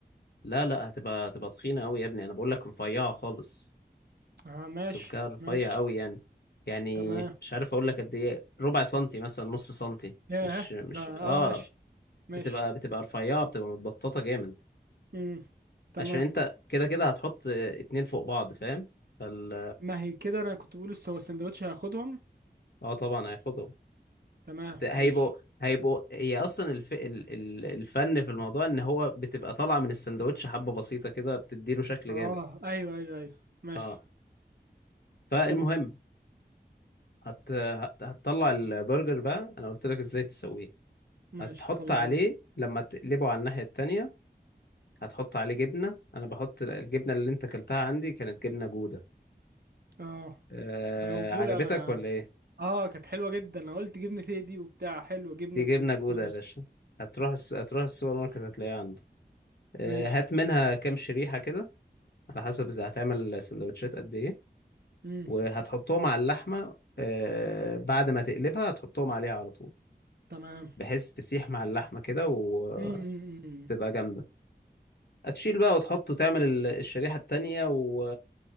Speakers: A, on the left (about 65°); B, on the right (about 65°).
A: لا لا هتبقى هتبقى تخينة أوي يا ابني أنا بقول لك رفيعة خالص
B: اه ماشي
A: السمكة رفيع
B: ماشي
A: أوي يعني يعني
B: تمام
A: مش عارف أقول لك قد إيه ربع سنتي مثلا نص سنتي
B: ياه
A: مش مش
B: ده اه
A: اه
B: ماشي ماشي
A: بتبقى بتبقى رفيعة بتبقى متبططة جامد
B: امم تمام
A: عشان انت كده كده هتحط اتنين فوق بعض فاهم فال
B: ما هي كده انا كنت بقول الس- هو السندوتش هياخدهم
A: اه طبعا هياخدهم
B: تمام
A: بت- هيبقوا
B: ماشي
A: هيبقوا هي اصلا الف... ال- ال- الفن في الموضوع ان هو بتبقى طالعة من السندوتش حبة بسيطة كده بتديله شكل
B: اه
A: جامد
B: ايوه ايوه ايوه ماشي
A: اه فالمهم
B: كم
A: هت... هت... هتطلع البرجر بقى انا قلت لك ازاي تسويه
B: ماشي
A: هتحط
B: طلعنا
A: عليه لما تقلبه على الناحية التانية هتحط عليه جبنة انا بحط الجبنة اللي انت اكلتها عندي كانت جبنة جودة
B: اه
A: آه...
B: انا بقول
A: عجبتك
B: انا
A: ولا ايه
B: اه كانت حلوه جدا انا قلت جبنه تيدي وبتاع حلوه جبنه
A: دي
B: جوده
A: جبنة جودة
B: ماشي
A: يا باشا هتروح الس... هتروح السوبر ماركت هتلاقيها عنده آه،
B: ماشي
A: هات منها كام شريحة كده على حسب إذا هتعمل سندوتشات قد إيه
B: امم
A: وهتحطهم على اللحمة آه، بعد ما تقلبها هتحطهم عليها على طول
B: تمام
A: بحيث تسيح مع اللحمة كده وتبقى
B: امم
A: جامدة هتشيل بقى وتحط وتعمل ال- الشريحة التانية و...